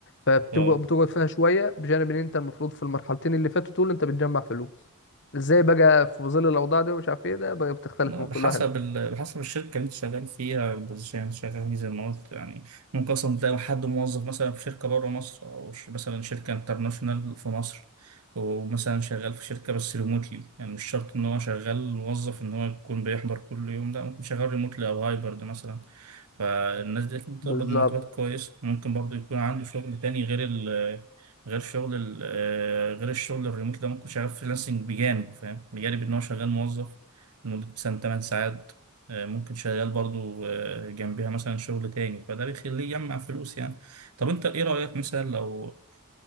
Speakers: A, on the left; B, on the right.
A: فبتقعد
B: اه
A: بتقعد فيها شوية بجانب ان انت المفروض في المرحلتين اللي فاتوا دول انت بتجمع فلوس ازاي بقى في ظل الاوضاع دي ومش عارف ايه ده بقى بتختلف
B: لا
A: من
B: بحسب
A: كل واحد
B: ال... بحسب الشركة اللي انت شغال فيها البوزيشن اللي انت شغال فيه زي ما قلت يعني ممكن اصلا تلاقي حد موظف مثلا في شركة بره مصر او ش- مثلا شركة انترناشونال في مصر ومثلا شغال في شركة بس ريموتلي يعني مش شرط ان هو شغال موظف ان هو يكون بيحضر كل يوم لا ممكن شغال ريموتلي او هايبرد مثلا فالناس دي أكيد بتقبض
A: بالظبط
B: مرتبات كويس ممكن برضه يكون عنده شغل تاني غير ال غير شغل ال آه، غير الشغل الريموت ده ممكن شغال فريلانسنج بجانب فاهم بجانب إن هو شغال موظف لمدة مثلا 8 ساعات آه، ممكن شغال برضه آه، جنبها مثلا شغل تاني فده بيخليه يجمع فلوس يعني طب أنت إيه رأيك مثلا لو